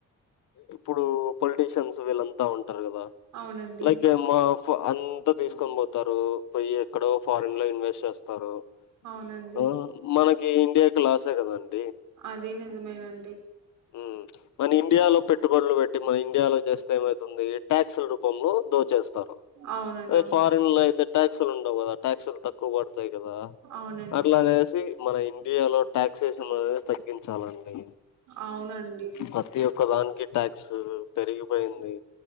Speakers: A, on the left (about 75°); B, on the right (about 80°).
A: ఇప్పుడు పొలిటీషియన్స్ వీళ్ళంతా ఉంట్ టర్ ఆయనబదా
B: అవునండి
A: లైక్ మా అంతా తీసుకని పోతారు పోయి ఎక్కడో ఫారెన్ లో ఇన్వెస్ట్ చేస్తారు
B: అవునండి
A: ఆ మన ఇండియా లాస్ ఎ కదాండి
B: అది నిజమేనండి
A: ఉమ్ మన ఇండియాలో పెట్టుబడులు పెట్టి మన ఇండియాలో జేస్త్ తుంది ఏ ట్యాక్స్ల రూపంలో దోచేస్తారు
B: అవునండి
A: అదే
B: అవును
A: ఫారిన్ లో అయితే ట్యాక్సులు ఉండవు కదా ట్యాక్సులు తక్కువ పడతాయి కదా
B: అవునండి
A: అట్లానేసి మన ఇండియాలో ట్యాక్స్ తగ్గించాలండి
B: అవునండి
A: ప్రతి ఒక్క దానికి ట్యాక్స్ పెరిగిపోయింది